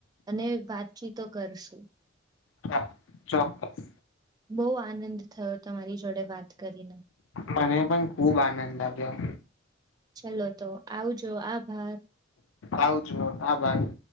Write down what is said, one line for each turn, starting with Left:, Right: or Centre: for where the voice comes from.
Right: અને વાતચીતો કરશું
Left: હા ચોક્કસ
Right: બહુ આનંદ થયો તમારી જોડે વાત કરીને
Left: મને પણ ખુબ આનંદ આવ્યો
Right: ચલો તો આવજો આભાર
Left: આવજો આભાર <inaudible>